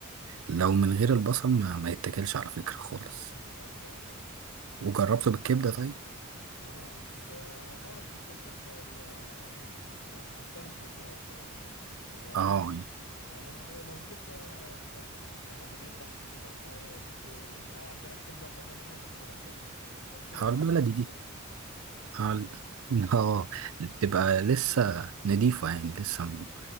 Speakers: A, on the right; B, on the left.
A: لو من غير البصل ما, ما يتاكلش على فكرة خالص
B: لا فعلا
A: وجربته بالكبدة طيب
B: اه بس انا بعرف من الكبده شويه ليه انا أنا بحسها مش مضمونه فاي يعني ما
A: اه
B: بحبش يعني لو كبده بتاعت ال... لما نيجي نذبح في العيد او حاجه ويبقى في مع عندنا الكبده الضمينه دي تاكلها تمام يعني كده صعب
A: اه البلدي
B: اكل
A: دي
B: كبده
A: اه ال- آه، بتبقى لسه نضيفة يعني لسه م-